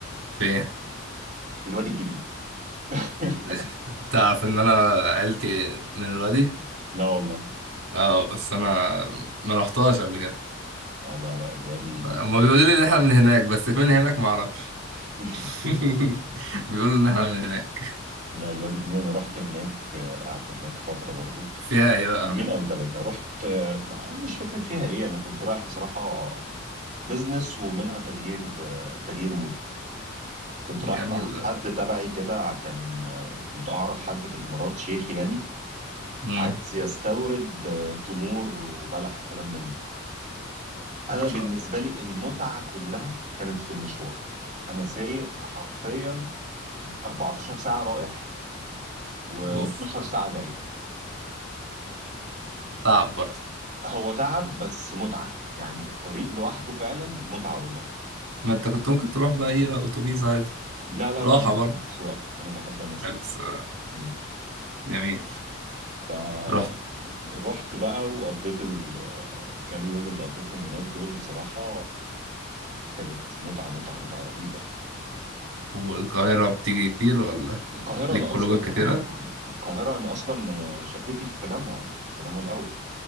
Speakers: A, on the right; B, on the right.
A: في إيه؟
B: الوادي الجديد <laughs>
A: <laughs> انت عارف ان انا عيلتي من الوادي
B: لا والله
A: اه بس انا ما رحتهاش قبل كده
B: لا لا لا الوادي ال...
A: هما بيقولوا لي ان احنا من هناك بس فين هناك ما اعرفش
B: <laughs>
A: <laughs> بيقولوا ان احنا من هناك
B: لا الوادي الجديد انا رحت هناك آه، قعدت هناك فتره برضو
A: فيها ايه بقى
B: يومين
A: هناك
B: او ثلاثه رحت آه، ما- مش فكره فيها ايه انا كنت رايح بصراحه بزنس ومنها تغيير آه، تغيير مود كنت رايح
A: جميل
B: مع
A: ده
B: حد تبعي كده كان آه، كنت اعرف حد في الامارات شيخ يعني
A: امم
B: عايز يستورد آه، تمور وبلح وكلام من ده انا
A: ما
B: بالنسبه
A: شاء الله
B: لي المتعه كلها كانت في المشوار انا سايق حرفيا 14 ساعة رايح و12
A: اوف
B: ساعة جاي
A: تعب برضه
B: هو تعب بس متعة يعني الطريق لوحده فعلا متعة والله
A: ما انت كنت ممكن تروح باي اتوبيس عادي
B: لا لا
A: راحه
B: لا أنا بحب
A: برضه
B: السواقة أنا بحب أنا أسوق
A: بس آه،
B: مم.
A: جميل
B: فرحت
A: رحت
B: بقى وقضيت الكام يوم اللي قضيتهم هناك دول بصراحة كانت متعة متعة متعة رهيبة يعني
A: والقاهره بتيجي كتير ولا
B: القاهرة
A: ليك
B: أنا
A: خروجات
B: أصلا آه
A: كتيره
B: آه. القاهرة أنا أصلا شقتي في التجمع أنا في التجمع الأول